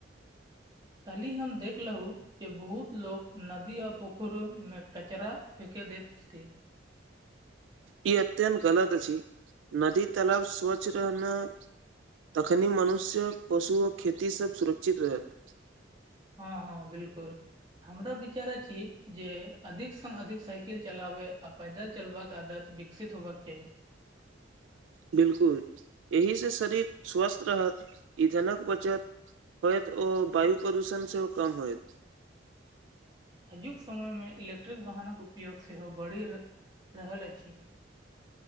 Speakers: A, on the right; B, on the right.
A: कल्हि हम देखलौ के बहुत लोक नदी आ पोखर मे कचरा फेके देैते छथि
B: ई अत्यंत गलत अछि नदी तालाब स्वच्छ रहना तखनि मनुष्य पशु आ खेतीसभ सुरक्षित रहत
A: हँ हँ बिलकुल हमरा विचार अछि जे अधिक से अधिक साइकिल चलाबे आ पैदल चलवक आदत विकसित होबाक चाही
B: बिलकुल एहि से शरीर स्वस्थ रहत इंधनक बचत होयत ओ वायु प्रदूषण सेहो कम होयत
A: आजुक समय में इलेक्ट्रिक वाहनक उपयोग सेहो बढ़ि रहल अछि